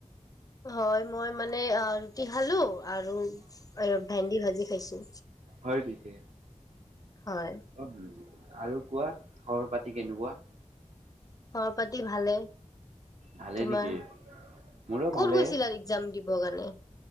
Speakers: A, on the left (about 30°); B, on the right (about 60°).
A: হয় মই মানে অ ৰুটি খালো। আৰু অ ভেন্দি ভাজি ভাজি খাইছোঁ
B: হয় দিকে
A: হয়
B: অ বোলা আৰু কোৱা খবৰ পাতি কেনেকুৱা।
A: খৰ পাতি ভালে।
B: ভালে
A: তোমাৰ?
B: নেকি মোৰো
A: ক'ত
B: ভালে
A: গৈছিলা এক্জাম দিবৰ কাৰণে?